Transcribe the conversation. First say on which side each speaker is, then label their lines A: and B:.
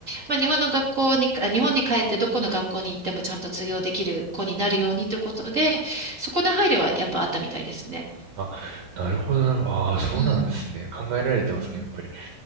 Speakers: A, on the right; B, on the right.
A: まあ、日本の学校に、あ日本に帰ってどこの学校に行ってもちゃんと通用できる子になるようにということで、そこの配慮はやっぱあったみたいですね。
B: あ、なるほどなるほど。ああ、そうなんですね。
A: うん。
B: 考えられてますね、
A: うん
B: やっぱり。